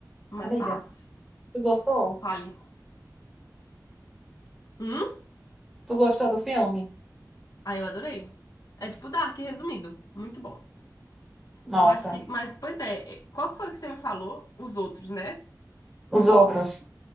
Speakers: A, on the left; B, in the centre.
A: Mais
B: Amiga,
A: fácil.
B: tu gostou?
A: Fale. Hum?
B: Tu gostou do filme?
A: Aí eu adorei. É tipo Dark resumido. Muito bom.
B: Nossa,
A: Eu acho que. Mas, pois é, é, qual que foi que você me falou? Os outros, né?
B: os outros.